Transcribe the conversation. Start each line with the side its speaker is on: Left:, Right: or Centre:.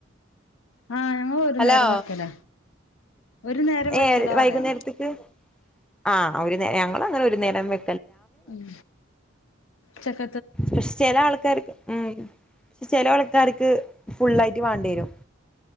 Left: ആഹ് ഞങ്ങൾ ഒരു
Centre: ഹലോ
Left: നേരം വെക്കല ഒരു നേരം വെക്കലാ
Centre: ഏഹ് വൈകുന്നേരത്തേക്ക്
Left: പറയാ
Centre: ആഹ് ഒരു ഞങ്ങൾ അങ്ങനെ ഒരു നേരം വ
Left: ഉം ചക്ക
Centre: പക്ഷെ ചില ആൾക്കാര്ക്ക് ഉം ചില ആൾക്കാർക്ക് ഫുള്ളായിട്ട് വേണ്ടി വരും